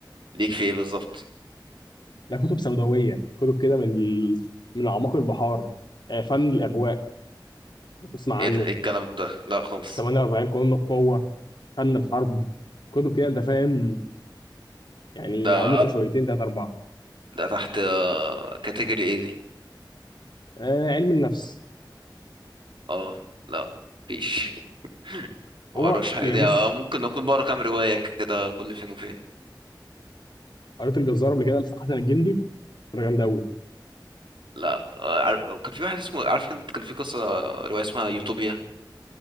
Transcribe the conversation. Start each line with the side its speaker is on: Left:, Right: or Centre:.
Right: ليك في ايه بالظبط
Left: لا كتب سوداوية كتب كده من ال... من أعماق البحار آه، فن الإغواء تسمع عنه
Right: ايه ده ايه الكلام ده لا خالص
Left: 48 قانون القوة فن الحرب كتب كده أنت فاهم يعني
Right: ده
Left: عميقة شويتين تلاتة أربعة
Right: ده تحت آه، كاتيجوري ايه دي
Left: آه علم النفس
Right: اه لا مفيش <laughs> مبقراش
Left: هو
Right: حاجه
Left: يعني
Right: دي
Left: بص
Right: آه، ممكن اكون بقرا كام روايه كده كل فين وفين
Left: قريت الجزار قبل كده لحسن الجندي كانت جامدة أوي
Right: لا آه، عار- كان في واحد اسمه عارف كان كان في قصه آه، روايه اسمها يوتوبيا